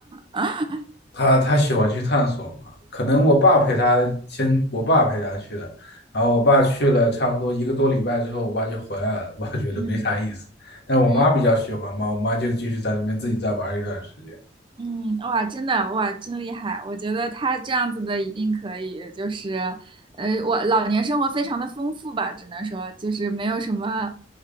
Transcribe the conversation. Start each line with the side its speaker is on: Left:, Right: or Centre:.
Right: <laughs>
Left: 她她喜欢去探索嘛，可能我爸陪她先，
Right: 嗯
Left: 我爸陪她去的，然后我爸去了差不多一个多礼拜之后，我爸就回来了，我爸觉得没啥意思。
Right: 嗯
Left: 但我妈比较喜欢嘛，
Right: 嗯。
Left: 我妈就继续在那边自己再玩一段时间。
Right: 嗯，哇，真的，哇，真厉害！我觉得他这样子的一定可以，就是，呃，我老年生活非常的丰富吧，只能说就是没有什么，